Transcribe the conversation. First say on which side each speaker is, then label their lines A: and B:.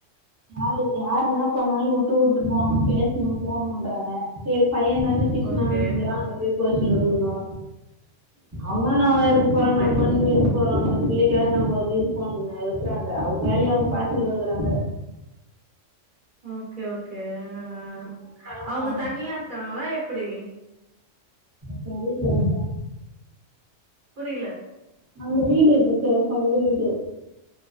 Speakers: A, on the right; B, on the right.
A: யாரு யாரு என்ன பண்ணாலு விட்டு குடுத்து போகணு பேசணு போகணுன்றாங்க சேரி பைய தானே திட்னா
B: ஓகே
A: ஏ அங்க போய் கோச்சின்னு வருதுக அம்மா நா எதுக்கு போறாங்க
B: பை
A: அம்மா நீங்க இரு போறோ அந்த புள்ளைக்காக நம்ம வந்து இருப்போ இருக்கிறாங்க அவுங்க வேலையு அவுங்க பாத்துன்னு இருகுறாங்க
B: ஓகே ஓகே அ ஆ
A: இருந்தாலு
B: அவுங்க
A: வர மாட்றாங்க
B: தனியா இருக்காங்களா எப்டி
A: சரிலப்பா
B: புரியல
A: அங்க வீடு இருக்கு தே சொந்த வீடு